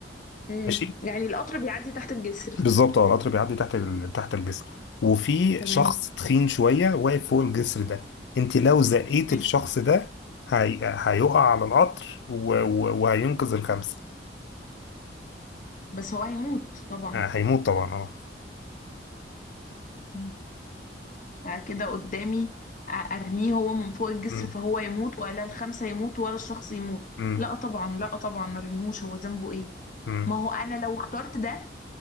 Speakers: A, on the left; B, on the left.
A: امم
B: ماشي
A: يعني القطر بيعدي تحت الجسر
B: بالظبط اه القطر بيعدي تحت ال... تحت الجسر وفي
A: تمام
B: شخص تخين شوية واقف فوق الجسر ده انت لو زقيت
A: ماشي
B: الشخص ده هي... هيقع على القطر و... و... وهينقذ الخمسة
A: بس هو هيموت طبعا
B: آه، هيموت طبعا اه
A: مم. فكده قدامي أ- ارميه هو من فوق الجسر
B: مم.
A: فهو يموت ولا الخمسة يموتوا ولا الشخص يموت
B: مم.
A: لا طبعا لا طبعا ما ارميهوش هو ذنبه ايه
B: مم.
A: ما هو انا لو اخترت ده